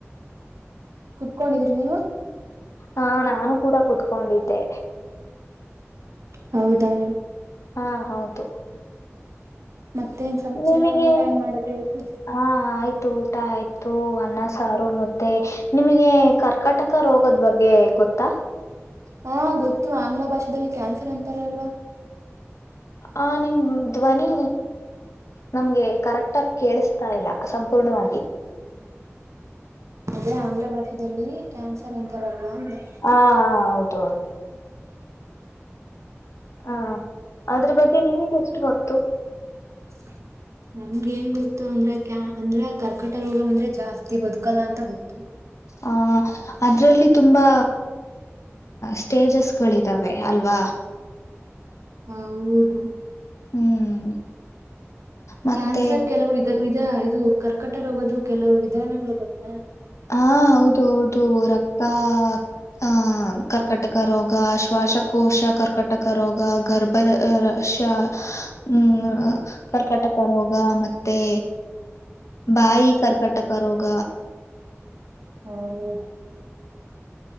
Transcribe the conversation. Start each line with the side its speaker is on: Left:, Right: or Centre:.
Right: ಕುತ್ಕೊಂಡಿದೀರಿ ನೀವ
Left: ಹಾ ನಾನು ಕೂಡ ಕುತ್ಕೊಂಡಿದ್ದೆ
Right: ಹೌದಾ
Left: ಹಾ ಹೌದು
Right: ಮತ್ತೆನ್ ಸಂಚಾರ
Left: ನಿಮಗೆ
Right: ಊಟ ಏನ್ ಮಾಡದು ಇವತ್ತು
Left: ಹಾ ಆಯ್ತು ಊಟ ಆಯ್ತು ಅನ್ನ ಸಾರು ಮುದ್ದೆ ನಿಮಗೆ ಕರ್ಕಾಟಕ ರೋಗದ ಬಗ್ಗೆ ಗೊತ್ತಾ
Right: ಹಾ ಗೊತ್ತು ಆಂಗ್ಲ ಭಾಷೆದಲ್ಲಿ ಕ್ಯಾನ್ಸರ್ ಅಂತಾರಲ್ವಾ
Left: ಆ ನಿಮ್ ಧ್ವನಿ ನಮ್ಗೆ ಕರೆಕ್ಟ್ ಕರೆಕ್ಟ್ ಆಗೆ ಕೇಳಿಸ್ತಾ ಇಲ್ಲ ಸಂಪೂರ್ಣವಾಗಿ
Right: ಅದೇ ಆಂಗ್ಲ ಭಾಷದಲ್ಲಿ ಕ್ಯಾನ್ಸರ್ ಅಂತಾರಲ್ವಾ ಅಂದೆ
Left: ಹಾ ಹೌದು ಹಾ ಅದ್ರ ಬಗ್ಗೆ ನಿಮಗೆ ಎಷ್ಟು ಗೊತ್ತು
Right: ಹ್ಮ ನಮಗೆ ಏನು ಗೊತ್ತು ಅಂದ್ರೆ ಕ ಅಂದ್ರ ಕರ್ಕಟ ರೋಗ ಅಂದ್ರೆ ಜಾಸ್ತಿ ಬದುಕಲ್ಲ ಅಂತ ಗೊತ್ತು
Left: ಆ ಅದ್ರಲ್ಲಿ ತುಂಬಾ ಸ್ಟೇಜಸ್ ಗಳಿದಾವೆ ಅಲ್ವಾ
Right: ಹೌದು
Left: ಹ್ಮ್ ಮತ್ತೆ
Right: ಕ್ಯಾನ್ಸರ್ ಕೆಲವು ಇದ ವಿ ಇದು ಕರ್ಕಟ ರೋಗದು ಕೆಲವು ವಿಧಾನಗಳು ಗೋತ್ತಾ
Left: ಹಾ ಹೌದು ಹೌದು ರಕ್ತ ಆ ಕರ್ಕಟಕ ರೋಗ ಶ್ವಾಸಕೋಶ ಕರ್ಕಟಕ ರೋಗ ಗರ್ಭದ ರಕ್ಷ ಹ್ಮ್ ಕರ್ಕಟಕ ರೋಗ ಮತ್ತೆ ಭಾಯಿ
Right: ಬಾಯಿ
Left: ಕರ್ಕಟಕೋಗ
Right: ಹ್ಮ